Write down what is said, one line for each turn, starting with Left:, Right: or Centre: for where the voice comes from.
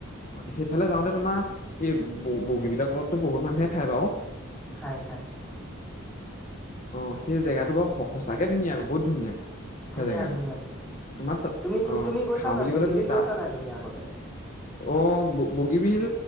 Left: সেইফালে যাওঁতে তোমাৰ এই ব বগী বিলত তলত অলপ বহুত মানুহে খাই বাও
Centre: খায় খায়
Left: অ সেই জেগাটো বাৰু সঁচাকে ধুনীয়া বহুত ধুনীয়া
Centre: ধুনীয়া
Left: সেই জেগাটো
Centre: ধুনীয়া ধুনীয়া
Left: তোমাৰ
Centre: তুমি
Left: আহ
Centre: তুমি গৈছা
Left: খাওঁ
Centre: নাই
Left: বুলি
Centre: বগীবিল
Left: কলে তুমি
Centre: গৈছা
Left: তাত
Centre: নাই তুমি আগতে?
Left: অ বগীবিল